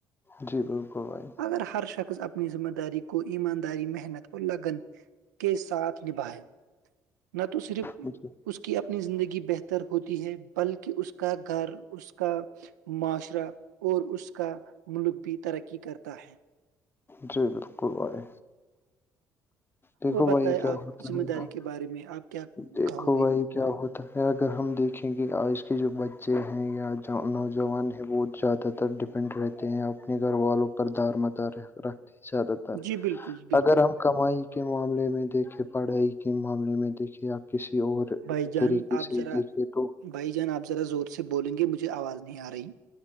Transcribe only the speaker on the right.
اگر ہر شخص اپنی ذمہ داری کو ایمانداری محنت اور لگن کے ساتھ نبھائے نہ تو صرف
اس کی اپنی زندگی بہتر ہوتی ہے بلکہ اس کا گھر اس کا معاشرہ اور اس کا ملک بھی ترقی کرتا ہے
اور بتائے
آپ
ذمہ
داری کے بارے میں آپ کیا
کہو گے
جی بالکل بالکل
بھائی جان
آپ
ذرا
بھائی جان آپ ذرا زور سے بولیں گے مجھے آواز نہیں آ رہی